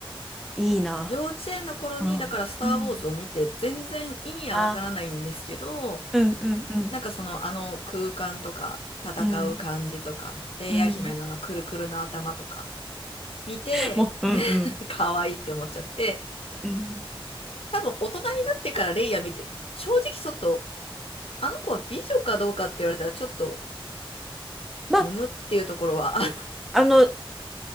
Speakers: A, in the centre; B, on the left.
A: いいな。
B: 幼稚園の頃に、
A: うん。
B: だからスター・
A: うん
B: ウォーズを見て、全然意味はわからないんですけど、
A: あ、うんうんうん
B: なんかその、あの空間とか、戦う感じとか、
A: うん
B: レイヤ姫のあのくるくるの頭とか、
A: うん
B: 見て、
A: もううんうん
B: <laughs> 可愛いって思っちゃって、
A: うん
B: 多分大人になってからレイヤ見て、正直ちょっと、あの子は美女かどうかって言われたらちょっと、
A: まあ
B: むむっていうところは、<laughs> あ、
A: あの